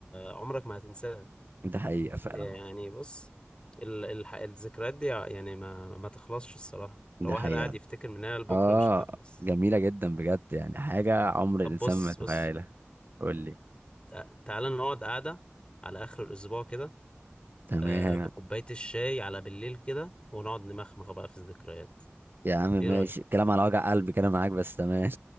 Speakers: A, on the left; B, on the right.
A: عمرك ما هتنساها
B: ده حقيقة فعلا
A: يعني بص ال الح- الذكريات دي يعني ما ما تخلصش الصراحة لو
B: ده
A: واحد
B: حقيقة
A: قاعد يفتكر من هنا لبكرة
B: اه
A: مش هتخلص
B: جميلة جدا بجد يعني حاجة عمر
A: طب
B: الإنسان
A: بص
B: ما يتخيلها
A: بص
B: قول لي
A: تع- تعالى نقعد قعدة على آخر الأسبوع كده
B: تمام
A: آه، بكوباية الشاي على بالليل كده ونقعد نمخمخ بقى في الذكريات
B: يا عم
A: ايه
B: ماشي
A: رأيك؟
B: كلام على وجع قلبي كده معاك بس تمام